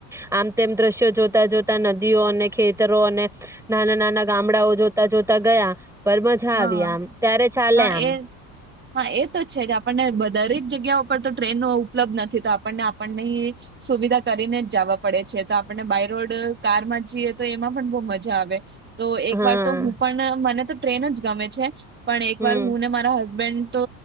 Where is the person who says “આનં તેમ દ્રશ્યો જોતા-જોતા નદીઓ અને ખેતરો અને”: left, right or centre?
Centre